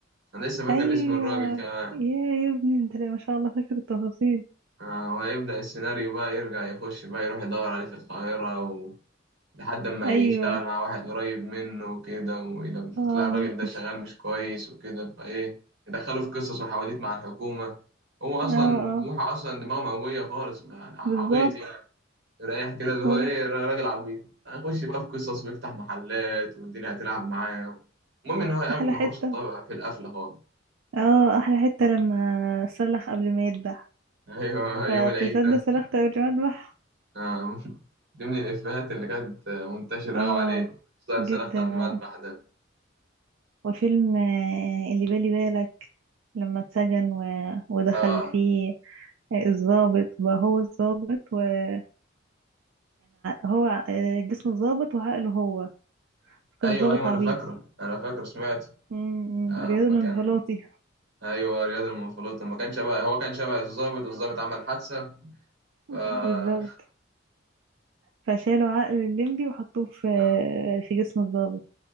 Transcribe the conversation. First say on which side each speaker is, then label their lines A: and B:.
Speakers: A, on the right (about 60°); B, on the right (about 85°).
A: انا لسه فاكر
B: ايوه
A: اسم الراجل كمان
B: يا يا ابني انت لا ما شاء الله فاكر التفاصيل
A: آه وهيبدأ السيناريو بقى يرجع يخش بقى يروح يدور عليه في القاهرة و... لحد ما يشتغل
B: ايوه
A: مع واحد قريب منه وكده ولما
B: اه
A: تلاقي الراجل
B: ب-
A: ده
B: بش...
A: شغال مش كويس وكده فايه يدخله في قصص وحواديت مع الحكومة هو اصلا
B: اه اه
A: بوحة اصلا دماغه مقوية خالص يعني عبيط
B: بالظبط
A: يعني. رايح كده اللي هو
B: ولا
A: ايه را- راجل عبيط هنخش بقى في قصص ويفتح محلات والدنيا هتلعب معاه المهم ان هو يقابل
B: احلى
A: مهروس
B: حتة
A: الضبع في القفله خالص
B: اه احلى حتة لما سلخ قبل ما يذبح
A: <laughs> ايوه يوم
B: فتصدق
A: العيد ده
B: سلخت قبل ما اذبح
A: آه، <laughs> دي من الافيهات اللي كانت منتشره
B: اه
A: قوي عليه صار صرخت
B: جدا
A: قبل ما
B: اه
A: اذبح ده
B: وفيلم آه، اللي بالي بالك لما اتسجن و... ودخل
A: اه
B: فيه الظابط بقى هو الظابط ويعني هو آه، جسم الظابط وعقله هو كان
A: ايوه
B: ظابط
A: ايوه
B: عبيط
A: انا فاكره انا فاكر سمعته
B: امم
A: آه،
B: رياضي
A: اما
B: الانفلاطي
A: كان ايوه رياض المنفلوطي ما كان شبه هو كان شبه الضابط والضابط عمل حادثه
B: <laughs>
A: ف آه،
B: بالظبط فشالوا عقل الليمبي وحطوه في
A: آه،
B: في جسم الظابط